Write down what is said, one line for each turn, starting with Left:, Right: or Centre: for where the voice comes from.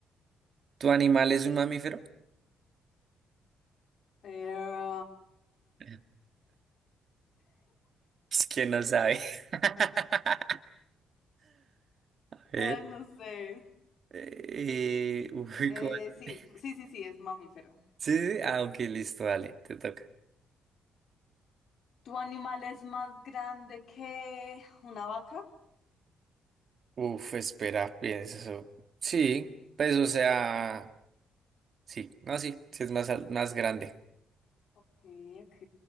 Right: ¿Tu animal es un mamífero?
Left: pero,
Right: <laughs> Es que no sabe. <laughs> A ver.
Left: pero no sé.
Right: Eh, uy,
Left: Eh,
Right: ¿cómo? <laughs>
Left: sí, sí, sí, sí, es mamífero.
Right: Sí, sí. sí. Ah, ok, listo, dale, te toca.
Left: ¿Tu animal es más grande que una vaca?
Right: Uf, espera, piensa eso. Sí, pues o sea, sí, no, sí, sí es más, al- más grande.
Left: Ok, ok.